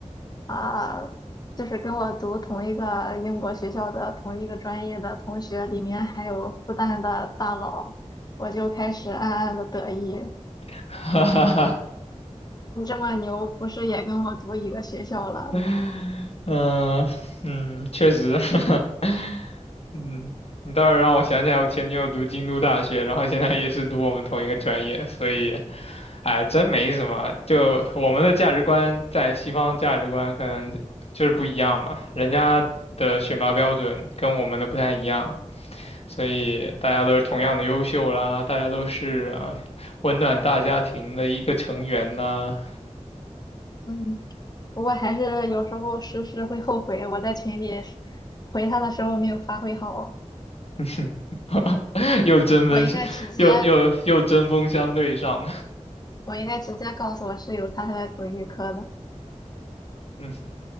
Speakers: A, on the left; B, on the left.
A: 啊、就是跟我读同一个英国学校的同一个专业的同学，里面还有复旦的大佬，我就开始暗暗的得意，
B: <laughs>
A: 你这么牛，不是也跟我读一个学校了？
B: <laughs> 嗯嗯，确实，<laughs> 嗯，你倒是让我想起来，我前女友读京都大学，然后现在也是读我们同一个专业，所以，哎，真没什么。就我们的价值观在西方价值观可能就就是不一样嘛，人家的选拔标准跟我们的不太一样，所以大家都是同样的优秀啦，大家都是啊温暖大家庭的一个成员呐。
A: 嗯。不过还是有时候时时会后悔，我在群里回他的时候没有发挥好，
B: <laughs> <laughs> 又针锋相，
A: 我应该直接
B: 又又又针锋相对上了。
A: 我应该直接告诉我室友她是来读预科的。
B: <laughs>